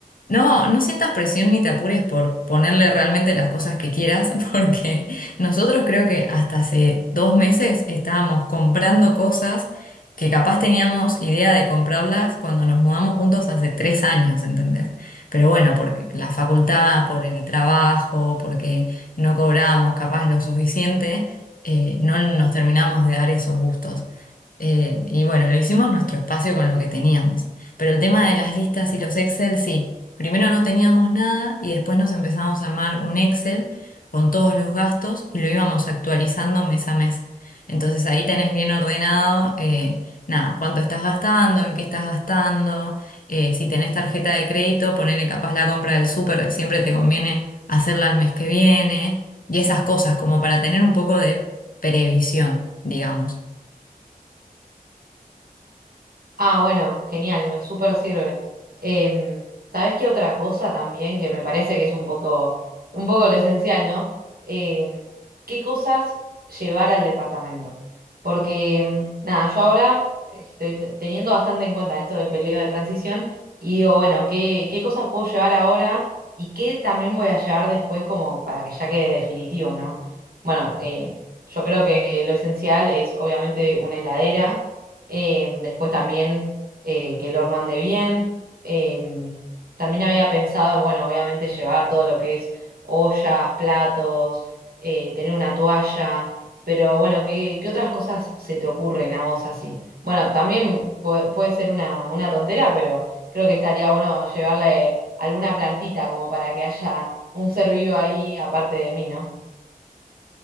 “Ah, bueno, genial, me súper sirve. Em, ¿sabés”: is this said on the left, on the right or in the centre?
Right